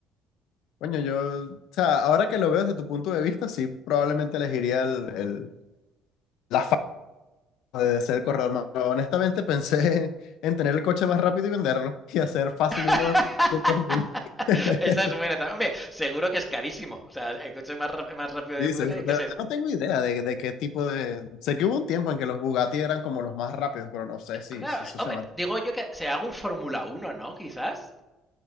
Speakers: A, on the left (about 70°); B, in the centre.
A: Coño, yo, o sea, ahora que lo veo desde tu punto de vista, sí, probablemente elegiría el, el- la fama de ser el corredor más. pero honestamente pensé <laughs> en tener el coche más rápido y venderlo y hacer fácil unos
B: <laughs>
A: 500 mil. <laughs>
B: Esa es buena también. Hombre, seguro que es carísimo. O sea, el coche más, más rápido del
A: Sí,
B: mundo
A: seguro.
B: tiene
A: De
B: que ser.
A: verdad no tengo idea de, de qué tipo de... Sé que hubo un tiempo en que los Bugatti eran como los más rápidos, pero no sé si,
B: Claro,
A: si eso
B: hombre,
A: se man...
B: digo yo que se haga un Fórmula uno ¿no? Quizás.